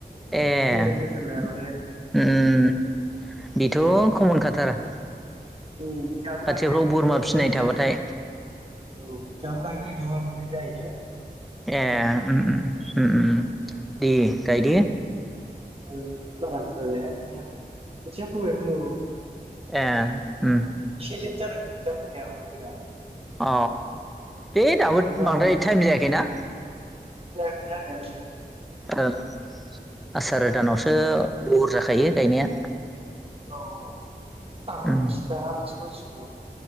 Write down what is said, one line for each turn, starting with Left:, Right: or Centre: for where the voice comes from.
Centre: ए
Right: मोजां
Centre: ओ
Right: जोथोन लायाबाथाय
Centre: ओ ओम बेथ' कमन खाथार।
Right: उम जोंहाबो
Centre: खाथिफ्राव
Right: गायनो नागिरदोंमोन
Centre: बोरमा फिसिनाय
Right: बोरै
Centre: थाबाथाय
Right: जा औ जाहाबो गायनो नायदोंमोन बोरै जायोथाइ।
Centre: ए ओम ओम ओम ओम दे गायदे।
Right: ओम बारा बुरजा गाइया गायनाइयालाय खोथिया फोबायमोन औ
Centre: ए ओम।
Right: एसे लेट जादों खोथिया फोनाया माने जोंना।
Centre: अ दे दाबो
Right: बारा
Centre: बांद्राय
Right: मोजां
Centre: टाइम जायाखैना?
Right: जायाखै जानायालाय।
Centre: ओं आसार दानावसो बहर जाखायो गायनाया।
Right: औ औ आं
Centre: उम
Right: मिथिलाइ लाङा बिदिखौ जिखुनु।